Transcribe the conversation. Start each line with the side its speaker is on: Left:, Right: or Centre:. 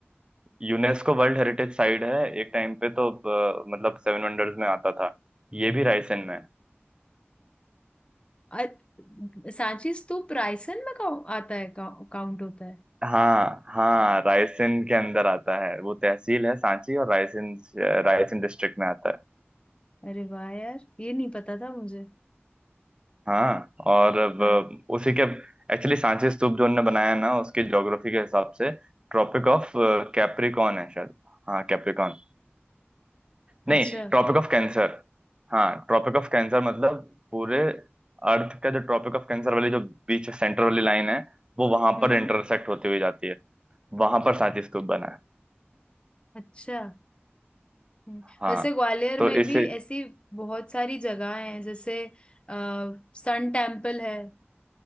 Right: यूनेस्को वर्ल्ड हेरिटेज साइट है एक टाइम पे तो अ, मतलब सेवन वंडर्स में आता था ये भी रायसेन में है।
Left: अ- सांची स्तूप रायसेन में काउ- आता है काउ- काउंट होता है
Right: हाँ हाँ रायसेन के अंदर आता है वो तहसील है सांची और रायसेन रायसेन डिस्ट्रिक्ट में आता है
Left: अरे वाह यार ये नहीं पता था मुझे
Right: हाँ और अब
Left: हाँ
Right: उसी के एक्चुअली सांची स्तूप जो उनने बनाया है ना उसकी ज्योग्राफी के हिसाब से ट्रॉपिक ऑफ कैप्रिकॉन है शायद हाँ कैप्रिकॉन
Left: अच्छा
Right: नहीं ट्रॉपिक ऑफ कैंसर हाँ ट्रॉपिक ऑफ कैंसर मतलब पूरे अर्थ का जो ट्रॉपिक ऑफ कैंसर वाली जो बीच सेंटर वाली लाइन है वो वहां
Left: हम्म
Right: पर इंटरसेक्ट होती हुई जाती है वहां पर सांची स्तूप बना है
Left: अच्छा हम्म।
Right: हाँ
Left: वैसे ग्वालियर
Right: तो
Left: में
Right: इसे
Left: भी ऐसी बहुत सारी जगह हैं जैसे आ, सन टेम्पल है